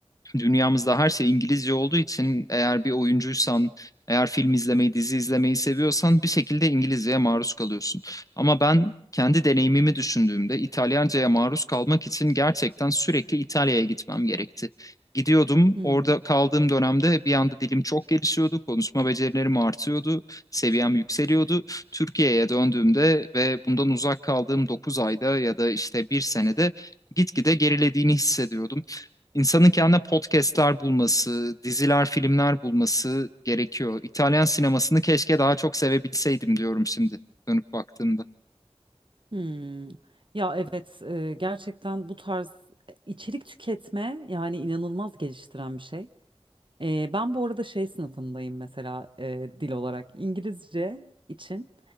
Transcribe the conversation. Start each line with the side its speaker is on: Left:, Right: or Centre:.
Left: Dünyamızda her şey İngilizce olduğu için eğer bir oyuncuysan, eğer film izlemeyi, dizi izlemeyi seviyorsan bir şekilde İngilizceye maruz kalıyorsun. Ama ben kendi deneyimimi düşündüğümde İtalyanca'ya maruz kalmak için gerçekten sürekli İtalya'ya gitmem gerekti. Gidiyordum,
Right: Hmm.
Left: orada kaldığım dönemde bir anda dilim çok gelişiyordu, konuşma becerilerim artıyordu, seviyem yükseliyordu. Türkiye'ye döndüğümde ve bundan uzak kaldığım 9 ayda ya da işte bir senede gitgide gerilediğini hissediyordum. İnsanın kendine podcastler bulması, diziler, filmler bulması gerekiyor. İtalyan sinemasını keşke daha çok sevebilseydim diyorum şimdi dönüp baktığımda.
Right: hmm. Ya evet eee, gerçekten bu tarz e, içerik tüketme yani inanılmaz geliştiren bir şey. Ee, ben bu arada şey sınıfındayım mesela e, dil olarak İngilizce için.